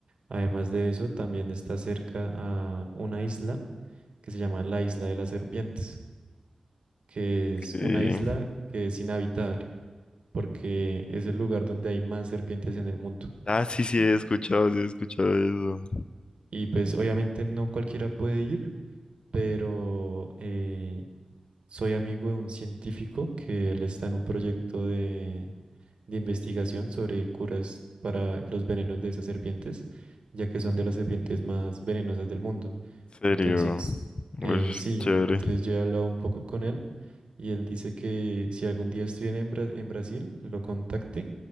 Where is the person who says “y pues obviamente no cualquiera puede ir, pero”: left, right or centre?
Right